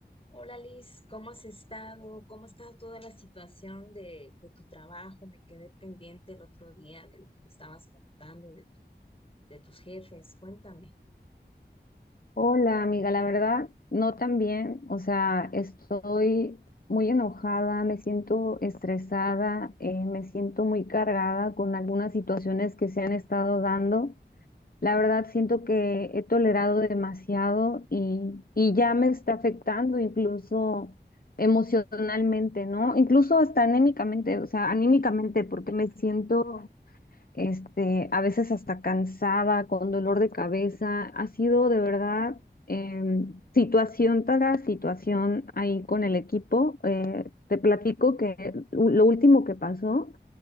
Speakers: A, on the left (about 30°); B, on the left (about 55°).
A: Hola Liz, ¿cómo has estado? ¿Cómo está toda la situación de, de tu trabajo? Me quedé pendiente el otro día de lo que me estabas contando de, de tus jefes. Cuéntame.
B: Hola, amiga, la verdad, no tan bien. O sea, estoy muy enojada, me siento estresada, eh, me siento muy cargada con algunas situaciones que se han estado dando. La verdad, siento que he tolerado demasiado y, y ya me está afectando incluso emocionalmente, ¿no? Incluso hasta anímicamente, o sea, anímicamente, porque me siento este, a veces hasta cansada, con dolor de cabeza. Ha sido de verdad em, situación tras situación ahí con el equipo. Eh, te platico que lo último que pasó